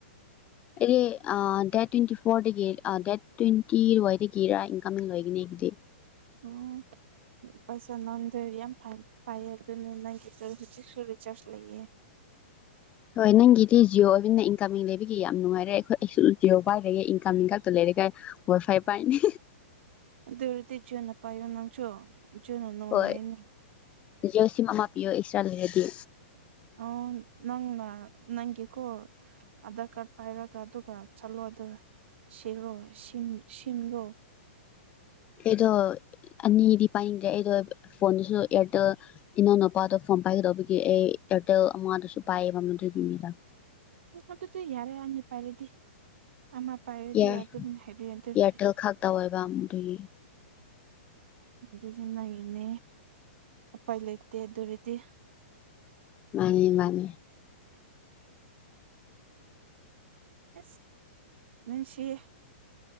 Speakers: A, on the left; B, on the right.
A: ꯑꯩꯗꯤ ꯗꯦꯠ ꯇ꯭ꯋꯦꯟꯇꯤ ꯐꯣꯔꯗꯒꯤ ꯗꯦꯠ ꯇ꯭ꯋꯦꯟꯇꯤ ꯋꯥꯏꯗꯒꯤꯔ ꯏꯟꯀꯃꯤꯡ ꯂꯣꯒꯅꯤ ꯑꯗꯨꯗꯤ
B: ꯎꯝ ꯄꯩꯁꯥ ꯅꯪꯗ꯭ꯔꯦ ꯌꯥꯝ ꯐꯩ ꯄꯥꯏꯌꯦ ꯑꯗꯨꯅ ꯅꯪꯒꯤ ꯀꯇ ꯍꯧꯖꯤꯛꯁꯨꯔꯤ ꯆꯔꯖ ꯂꯩꯌꯦ
A: ꯍꯣꯏ ꯅꯪꯒꯤꯗꯤ ꯖꯤꯑꯣ ꯑꯣꯏꯕꯤꯟꯅ ꯏꯟꯀꯝꯃꯤꯡ ꯂꯩꯕꯒꯤ ꯌꯥꯝ ꯅꯨꯡꯉꯥꯏꯔꯦ ꯑꯩꯈꯣꯏ ꯑꯩꯁꯨ ꯖꯤꯑꯣ ꯄꯥꯏꯔꯒꯦ ꯏꯟꯀꯃꯤꯡ ꯈꯛꯇ ꯂꯩꯔꯦ ꯀꯥꯏ ꯋꯥꯏ ꯐꯥꯏ ꯄꯥꯏꯅꯤ
B: ꯑꯗꯨꯔꯗꯤ ꯖꯤꯑꯣꯅ ꯄꯥꯏꯌꯣ ꯅꯪꯁꯨ ꯖꯤꯟꯣꯅ ꯅꯨꯡꯉꯥꯏꯅꯤ
A: ꯍꯣꯏ ꯖꯤꯑꯣ ꯁꯤꯝ ꯑꯃ ꯄꯤꯌꯣ ꯏꯑꯛꯇ꯭ꯔꯥ ꯂꯩꯔꯗꯤ
B: ꯑꯣ ꯅꯪꯅ ꯅꯪꯒꯤꯀꯣ ꯑꯙꯥꯔ ꯀꯥꯔꯠ ꯄꯥꯏꯔꯒ ꯑꯗꯨꯝ ꯆꯜꯂꯣꯗ ꯁꯦꯔꯣ ꯁꯤꯝ ꯁꯤꯝꯂꯣ
A: ꯑꯩꯗꯣ ꯑꯅꯤꯗꯤ ꯄꯥꯏꯅꯤꯡꯗ꯭ꯔꯦ ꯑꯩꯗꯣ ꯐꯣꯟꯗꯨꯁꯨ ꯏꯌꯥꯔꯇꯦꯜ ꯏꯅꯥꯎꯅꯨꯄꯥꯗꯣ ꯐꯣꯟ ꯄꯥꯏꯒꯗꯧꯕꯒꯤ ꯑꯩ ꯑꯦꯔꯇꯦꯜ ꯑꯃꯗꯨꯁꯨ ꯄꯥꯏꯑꯦꯕ ꯑꯗꯨꯒꯤꯅꯤꯗ
B: ꯎꯝ ꯑꯗꯨꯗꯤ ꯌꯥꯔꯦ ꯑꯅꯤ ꯄꯥꯏꯔꯗꯤ ꯑꯃꯥ ꯄꯥꯏꯔꯗꯤ
A: ꯌꯥꯏ
B: ꯑꯗꯨꯝ ꯍꯦꯕꯤ ꯑꯟꯗꯨꯔꯗꯤ
A: ꯏꯌꯥꯔꯇꯦꯜ ꯈꯛꯇ ꯑꯣꯏꯕ ꯑꯗꯨꯒꯤ
B: ꯑꯗꯨꯗꯤ ꯅꯪꯒꯤꯅꯦ ꯎꯄꯥꯏ ꯂꯩꯇꯦ ꯑꯗꯨ ꯑꯣꯏꯔꯗꯤ
A: ꯃꯥꯅꯤ ꯃꯥꯅꯤ
B: ꯑꯁ ꯅꯨꯡꯁꯤꯌꯦ